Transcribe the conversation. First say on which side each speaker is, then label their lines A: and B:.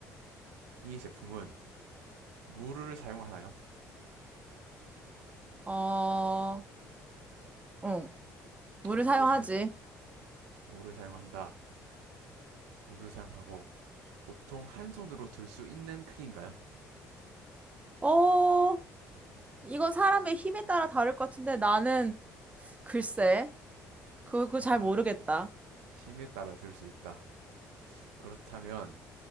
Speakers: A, on the right (about 85°); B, on the right (about 20°).
A: 이 제품은 물을 사용하나요?
B: 어, 응. 물을
A: 물을
B: 사용하지.
A: 사용, 물을 사용한다. 물을 사용하고 보통 한 손으로 들 수 있는 크기인가요?
B: 어, 이건 사람의 힘에 따라 다를 것 같은데, 나는, 글쎄, 그거, 그거
A: 아,
B: 잘
A: 사-
B: 모르겠다.
A: 힘에 따라 들 수 있다. 그렇다면